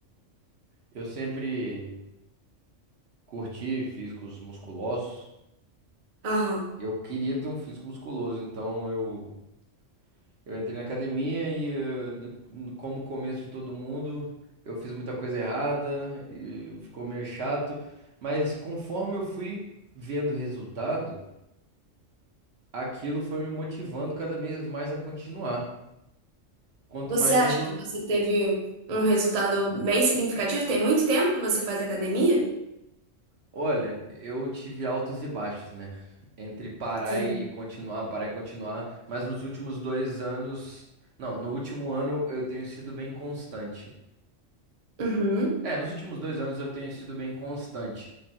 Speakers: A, on the right (about 60°); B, on the right (about 35°).
A: Eu sempre curti físicos musculosos,
B: aham.
A: Eu queria ter um físico musculoso, então eu, eu entrei na academia e, eh, no- no- como o começo de todo mundo, eu fiz muita coisa errada e ficou meio chato. Mas conforme eu fui vendo resultado, aquilo foi me motivando cada vez mais a continuar. Quanto
B: Você
A: mais
B: acha
A: resultado.
B: que você teve um resultado bem significativo? Tem muito tempo que você faz academia?
A: Olha, eu tive altos e baixos, né? Entre parar
B: Sim.
A: e continuar, parar e continuar. Mas nos últimos dois anos. Não, no último ano eu tenho sido bem constante.
B: Uhum,
A: É, nos últimos dois anos eu tenho sido bem constante.